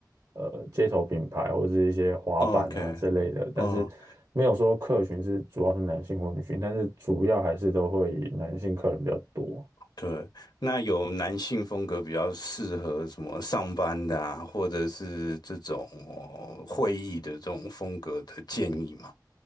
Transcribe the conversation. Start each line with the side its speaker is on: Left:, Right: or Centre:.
Right: 呃街头品牌或者是一些滑板啊之类的，
Left: OK，
Right: 但是没有说客群是主要是男性或女性，
Left: 哦。
Right: 但是主要还是都会以男性客人比较多。
Left: 对，那有男性风格比较适合什么上班的啊，或者是这种呃会议的这种风格的建议吗？